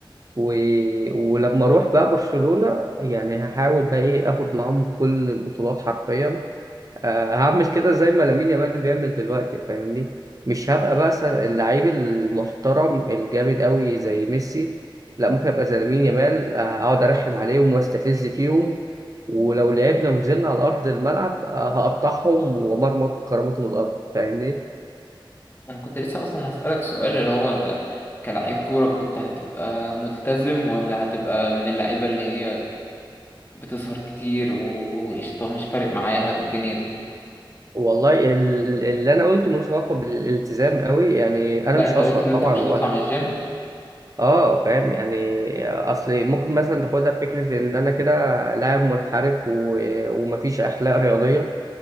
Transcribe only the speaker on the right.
و... ولما اروح بقى برشلونه يعني هحاول بقى ايه اخد معاهم كل البطولات حرفيا آه، هعمل كده زي ما لامين يامال بيعمل دلوقتي فاهمني مش هبقى بقى س- اللعيب المحترم الجامد قوي زي ميسي لا ممكن ابقى زي لامين يامال آه، اقعد ارخم عليهم واستفز فيهم ولو لعبنا ونزلنا على ارض الملعب آه، هقطعهم ومرمط بكرامتهم الارض فاهمني
والله ال- اللي انا قلته ملوش علاقه بالالتزام قوي يعني انا
مش
هسهر
طبعا
ولا
اه فاهم يعني اصل ممكن مثلا تاخدها في فكره ان انا كده لاعب منحرف و... ومفيش اخلاق رياضيه